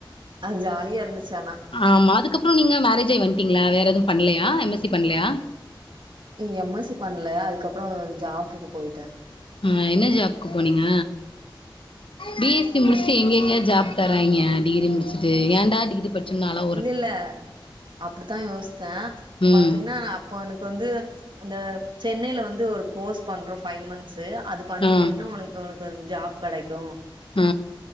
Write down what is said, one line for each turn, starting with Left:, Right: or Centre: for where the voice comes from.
Right: அது ஜாலியா இருந்துச்சு ஆனா
Left: ஆமா அதுக்கப்றோ நீங்க மேரேஜாய் வந்ட்டீங்களா வேற எதும் பண்லயா எம் எஸ் சி பண்லையா
Right: ம் எம் எஸ் சி பண்ல அதுக்கப்றோ ஜாப்புக்கு போயிட்டே
Left: ம் என்ன ஜாப்க்கு போனீங்க பி எஸ் சி முடிச்சுட்டு எங்கங்க ஜாப் தர்றாய்ங்க டிகிரி முடிச்சிட்டு ஏன்டா டிகிரி வச்சுன்னாலா
Right: இல்லல்ல அப்டிதா யோஷ்த்தே
Left: ம்
Right: பாத்திங்கன்னா அப்போ எனக்கு வந்து அந்த சென்னையில வந்து ஒரு கோர்ஸ் பண்றோ ஃபைவ் மந்த்ஸு அது பண்ணிட்டின்னு
Left: ஆ
Right: உனக்கு உனக்கு வந் ஒரு ஜாப் கெடைக்கு
Left: ஆ